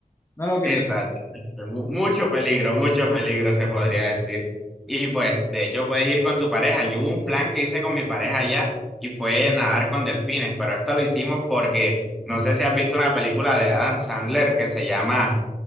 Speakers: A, on the left; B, in the centre.
A: ¿No lo crees?
B: Exacto. Mu- Mucho peligro, mucho peligro se podría decir. Y pues, de hecho, puedes ir con tu pareja. Yo hubo un plan que hice con mi pareja allá y fue nadar con delfines, pero esto lo hicimos porque no sé si has visto una película de Adam Sandler que se llama